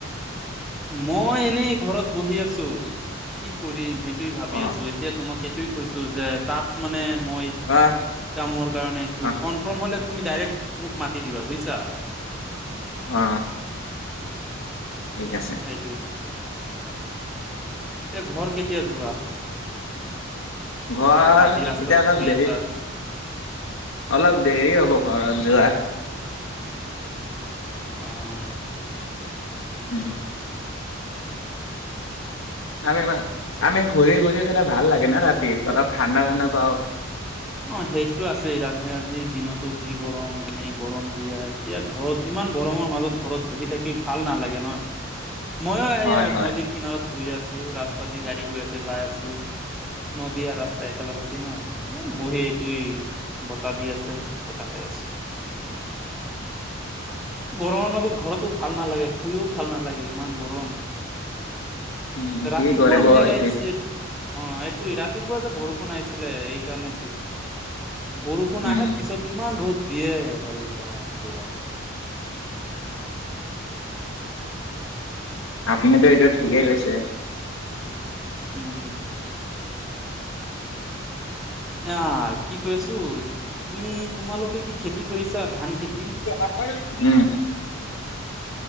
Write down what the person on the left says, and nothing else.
অ
আহ
আহ
অ ঠিক আছে
ঘৰ
এতিয়া অলপ
দেৰি
অলপ দেৰি হ'ব ঘৰত যোৱা
উম আমি মান আমি ঘূৰি ঘূৰি পেলাই ভাল লাগে না ৰাতি অলপ ঠাণ্ডা ঠাণ্ডা পাওঁ
হয় হয়
উম কি
কৰিব
এইটো
উম
আপুনিতো এইটো ঠিকে কৈছে।
উম